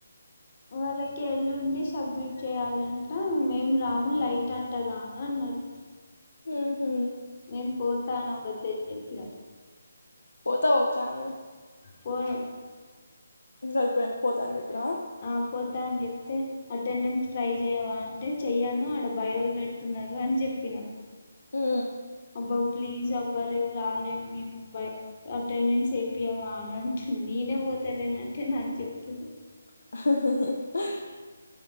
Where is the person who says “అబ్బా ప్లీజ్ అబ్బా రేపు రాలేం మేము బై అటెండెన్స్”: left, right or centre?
Left